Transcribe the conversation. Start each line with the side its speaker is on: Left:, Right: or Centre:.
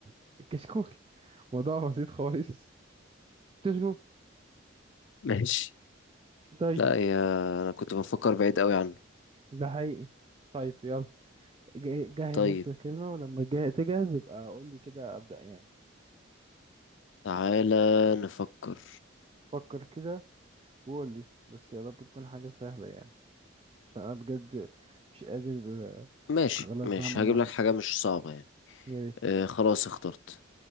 Right: <laughs> كشكول موضوع بسيط خالص كشكول
Left: <laughs> ماشي
Right: طيب
Left: لا يا أنا كنت بفكر بعيد قوي عنه
Right: ده حقيقي طيب يلا ج- جهز
Left: طيب
Right: انت كلمة ولما تجه- تجهز يبقى قول لي كده ابدأ يعني
Left: تعالى نفكر
Right: فكر كده وقول لي بس يا رب تكون حاجة سهلة يعني عشان انا بجد مش قادر آه،
Left: ماشي
Right: خلاص
Left: ماشي
Right: بقى مع
Left: هجيب
Right: نفسي
Left: لك حاجة مش صعبة يعني
Right: يا ريت
Left: آه خلاص اخترت